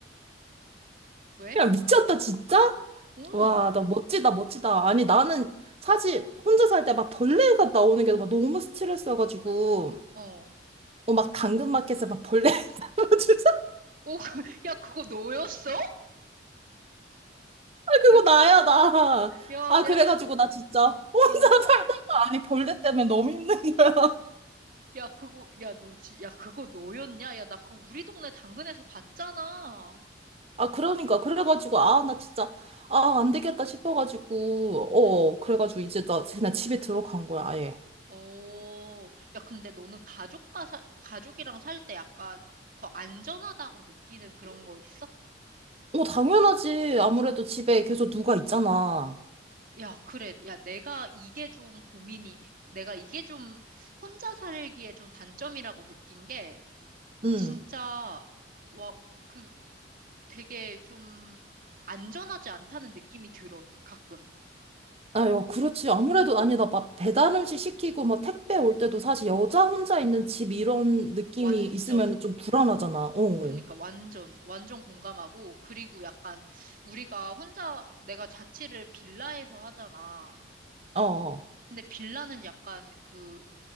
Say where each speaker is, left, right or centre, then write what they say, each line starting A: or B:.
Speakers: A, on the right; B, on the right.
A: 왜?
B: 야, 미쳤다, 진짜?
A: 오,
B: 와, 나 멋지다, 멋지다. 아니, 나는 사실 혼자 살 때 막 벌레가 나오는 게 막 너무 스트레스여가지고,
A: 어.
B: 어, 막 당근마켓에 막 벌레 <laughs> 주사
A: 오, <laughs> 그, 야, 그거 너였어?
B: 그거
A: 야, 그,
B: 나야, 나.
A: 야,
B: 아,
A: 내가,
B: 그래가지고
A: 다-
B: 나 진짜
A: 어,
B: 혼자
A: 어.
B: <laughs> 살다가, 아니, 벌레 때문에 너무 힘든 거야.
A: 야, 그거, 야, 너, 지- 야, 그거 너였냐? 야, 나 그거 우리 동네 당근에서 봤잖아.
B: 아, 그러니까. 그래가지고, 아, 나 진짜, 아, 안 되겠다 싶어가지고, 어,
A: 응.
B: 그래가지고 이제 나 그냥 집에 들어간 거야, 아예.
A: 오, 야, 근데 너는 가족과 살, 가족이랑 살 때 약간 더 안전하다고 느끼는 그런 거 있어?
B: 어, 당연하지. 아무래도 집에 계속 누가 있잖아.
A: 야, 그래. 야, 내가 이게 좀 고민이, 내가 이게 좀 혼자 살기에 좀 단점이라고 느낀 게,
B: 응.
A: 진짜, 와, 그 되게 좀 안전하지 않다는 느낌이 들어, 가끔.
B: 아유, 그렇지. 아무래도 아니다. 막 배달 음식 시키고 막 택배 올 때도 사실 여자 혼자 있는 집 이런 느낌이
A: 완전.
B: 있으면 좀 불안하잖아. 어.
A: 그니까 완전, 완전 공감하고, 그리고 약간 우리가 혼자, 내가 자취를 빌라에서 하잖아.
B: 어. 어.
A: 근데 빌라는 약간 그,